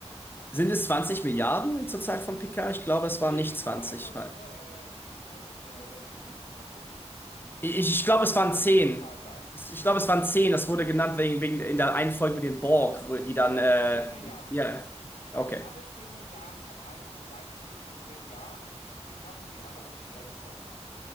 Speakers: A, on the left (about 20°); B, on the left (about 85°).
A: Sind es 20 Milliarden zur Zeit von Picard? Ich glaube, es
B: Nö,
A: waren nicht
B: ich
A: 20.
B: habe einfach mal nur äh, die Bevölkerungsentwicklung extrapoliert.
A: Ich, ich
B: Es
A: glaube,
B: kann
A: es
B: auch
A: waren
B: jede
A: zehn.
B: andere Zahl sein.
A: Es- Ich glaube, es waren zehn. Das wurde genannt wegen, wegen in der einen Folge mit den Borg, wo die dann.
B: Gut,
A: Äh,
B: zehn Milliarden.
A: ja,
B: Haben
A: okay.
B: alle 10 Milliarden ein eigenes Weingut? Und wenn ja, wie passen die alle auf die Erde drauf?